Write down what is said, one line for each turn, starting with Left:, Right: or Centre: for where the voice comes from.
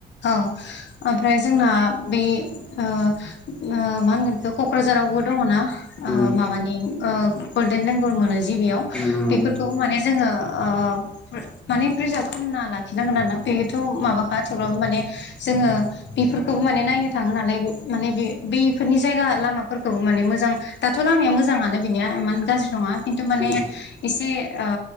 Left: औ ओमफ्राय जोंना बे ओ ओ मा होनगोन क'क्राझारावबो दङना
Centre: उम
Left: ओ माबानि ओ गल्डेन लेंगल मोनो जि बेयाव
Centre: उम
Left: बेफोरखौबो माने जोङो ओ माने प्रिजार्भ खालामना लाखिनांगोन आरोना बेयोथ' माबाखा थेवब्लाबो माने जोङो बेफोरखौबो माने नायनो थाङो नालाय माने बे बेफोरनि जायगा लामाफोरखौबो माने मोजां दाथ' लामाया मोजाङानो बिनिया इमान गाज्रि नङा खिन्थु माने
Centre: उम
Left: एसे ओ